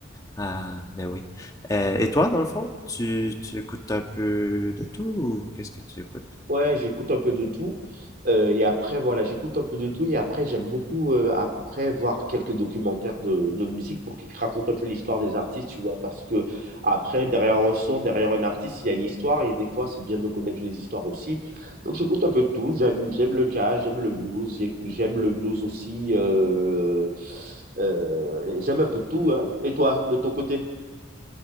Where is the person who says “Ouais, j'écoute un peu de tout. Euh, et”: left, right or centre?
Right